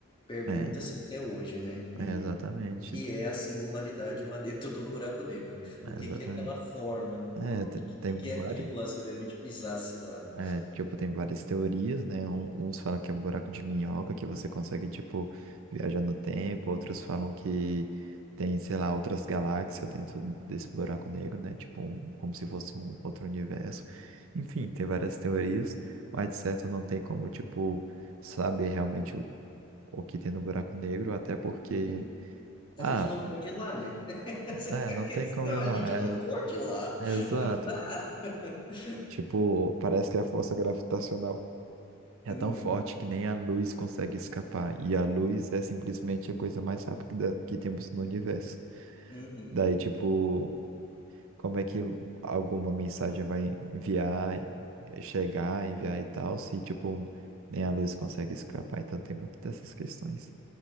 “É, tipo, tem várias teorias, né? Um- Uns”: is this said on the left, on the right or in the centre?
Right